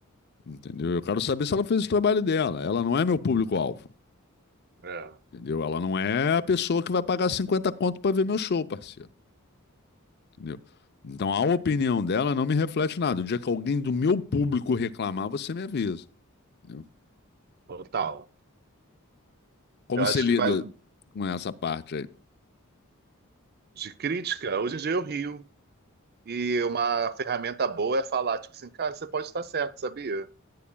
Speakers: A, on the left (about 50°); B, on the right (about 45°).
A: Entendeu? Eu quero saber se ela fez o trabalho dela. Ela não é meu público-alvo,
B: é,
A: entendeu? Ela não é a pessoa que vai pagar 50 conto para ver meu show, parceiro, entendeu? Então a opinião dela não me reflete nada. O dia que alguém do meu público reclamar, você me avisa, entendeu?
B: total.
A: Como
B: Eu
A: você
B: acho
A: lida
B: que vai
A: com essa parte aí?
B: de crítica. Hoje em dia eu rio. E uma ferramenta boa é falar, tipo assim, cara, você pode estar certo, sabia?